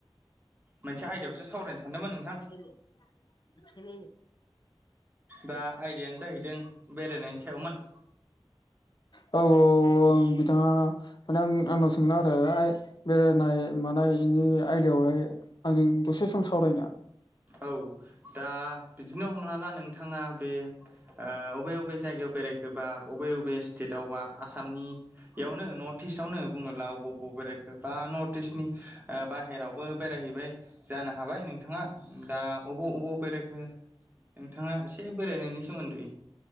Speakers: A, on the right (about 20°); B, on the left (about 55°).
A: मोनसे आयदायावसो सावरायनो सानदोंमोन नोंथां
B: सल' सल
A: दा आइदिायानो जाहैदों बेरायनायनि सायावमोन
B: औ औ औ औ आं बिथाङा माने आं आंनाव सोंनो आरो बेरायनाय मानायनि आयदायाव ओमफ्राय आंजों दसे सम सावरायना
A: औ दा बिदिनो हमना ला नोंथाङा बे बबे बबे जायगायाव बेरायखोबा बबे बबे स्टेट द अबा आसामनियावनो नर्थ इस्टआवनो बुङोब्ला बबाव बबाव बेरायखो बा नर्थ इस्टनि बाहेरावबो बेरायहैबाय जानो हाबाय नोंथाङा दा अबे अबाव बेरायखो नोंथाङा एसे बेरायनायनि सोमोन्दै